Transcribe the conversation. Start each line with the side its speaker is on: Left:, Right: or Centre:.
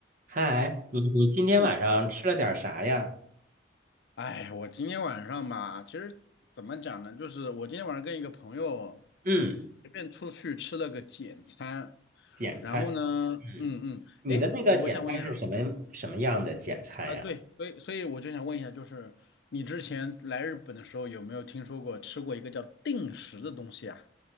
Right: 嗨，你你今天晚上吃了点儿啥呀？
Left: 嗯，哎，我今天晚上吧，其实怎么讲呢，就是我今天晚上跟一个朋友
Right: 嗯，
Left: 随便出去吃了个简餐，
Right: 简餐。
Left: 然后呢，
Right: 嗯，
Left: 嗯嗯，
Right: 你的那个简餐是什么什么样的简餐呀？
Left: 哎，我我想问一下啊，对，所以所以我就想问一下，就是你之前来日本的时候有没有听说过吃过一个叫定时的东西啊？